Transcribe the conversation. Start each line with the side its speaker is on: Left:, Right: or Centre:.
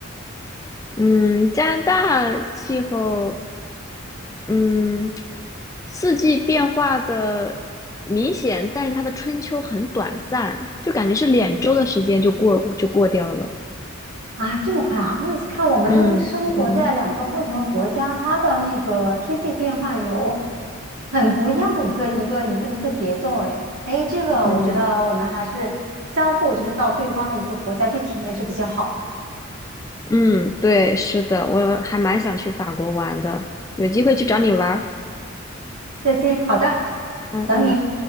Left: 嗯，加拿大气候，嗯，四季变化的明显，但是它的春秋很短暂，就感觉是两周的时间就过就过掉了。
Right: 啊，这么快啊？那看我们生活在两个不同的国家，
Left: 嗯嗯
Right: 它的那个天气变换有很不一样的一个一个一个一个节奏诶，哎哎，这个我觉得我们还是相互就是到对方的一个国家去体验是比较好的。
Left: 嗯嗯，对，是的，我还蛮想去法国玩的，有机会去找你玩儿。
Right: 再见，好的，
Left: 嗯嗯。
Right: 等你。